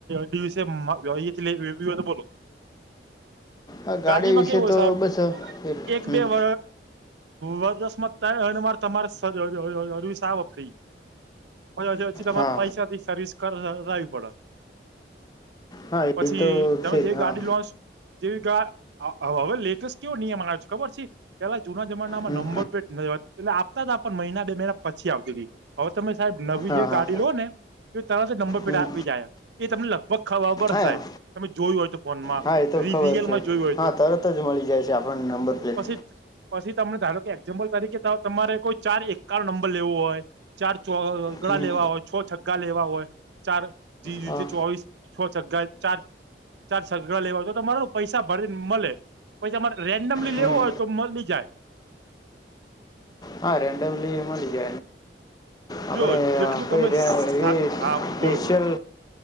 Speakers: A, on the right; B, on the left.
A: દિવસે હોય તો બોલો
B: હા
A: ગાદીમાં
B: ગાડી વિશે
A: કેવું હોય
B: તો
A: સાહેબ
B: બસ એટલું
A: એક
B: હમ
A: બે વ વરજસ્મત <unintelligible> થાય મારે તમારે હરવી સાા વખઈ હ પછી તમારે
B: હા
A: પૈસાથી સર્વિસ કરાવી પડે
B: હા
A: પછી
B: એ તો
A: તમે
B: છે
A: જેવી
B: જ હા
A: ગાડી <unintelligible> લોન્ચ જેવી હવે લેટેસ્ટ કેવો નિયમ આવે્યો છે ખબર છે પેલા જૂના જમાનામાં
B: હમ
A: નંબર પ્લેટ ન એટલે <unintelligible> પણ મહિના બે મહિના પછી આવતી ગઈ હવે તમે સાહેબ નવી
B: હા
A: જેવી
B: હા
A: ગાડી લો ને તરત અજ નંબર પ્લેટ
B: હમ
A: આવી જાય એ તમને લગભગ ખબર હસે
B: હા
A: સાહેબ તમે જોયું હો છો ફોનમાં
B: હા એ તો
A: રિયલમાં
B: ખબર છે
A: જોયું હોય
B: હા
A: તો
B: તરત જ મળી જાય છે આપણને નંબર પ્લેટ
A: પછી પછી તમને <unintelligible> ધારો કે એક્ઝામ્પલ તરીકે તમારે કોઈ ચાર એક નંબર લેવો હોય ચાર ચો
B: હમ
A: લેવા હોય છ છગ્ગા લેવા હોય ચાર <unintelligible>
B: હા
A: ચોવીસ છ છગ્ગા ચાર ચાર સઘડા લેવા તો તો તમાર પૈસા ભરીને મળે પછ તમારે <unintelligible> રેન્ડમલી
B: હમ
A: લેવું હોય તો મળી જાય
B: હા રડ <unintelligible> ઉલલી મડી આપણે
A: જો જેટલું
B: પ
A: તમે
B: રહ એ
A: હા
B: સ્પેેશિલ
A: બોલો બોલો